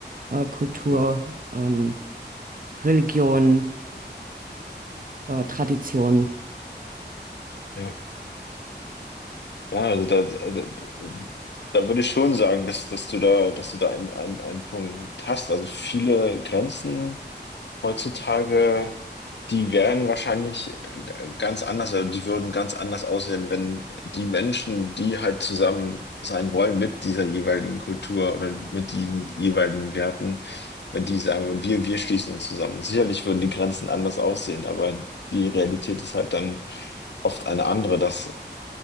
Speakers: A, on the right; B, on the left.
A: äh, Kultur,
B: ja,
A: ähm, Religion, äh, Tradition.
B: ja. Ja, also da, da, da da würde ich schon sagen, dass, dass du da, dass du da einen, einen, einen Punkt hast. Also viele Grenzen. Heutzutage, die wären wahrscheinlich äh, ganz anders, also die würden ganz anders aussehen, wenn die Menschen, die halt zusammen sein wollen mit dieser jeweiligen Kultur oder mit den jeweiligen Werten, wenn die sagen würden, wir, wir schließen uns zusammen. Sicherlich würden die Grenzen anders aussehen, aber die Realität ist halt dann oft eine andere, dass